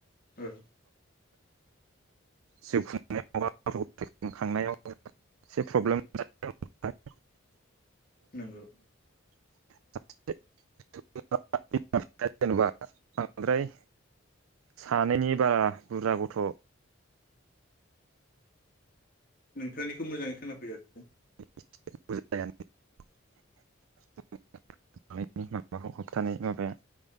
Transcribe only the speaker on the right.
जिउ खुंनायाव गथ गथाय खांनायाव एसे प्रब्लेम <unintelligible>
<unintelligible> बांद्राय सानैनि बारा बुरजा गथ
<unintelligible> <unintelligible> माबाखौ होबथानाय माबाया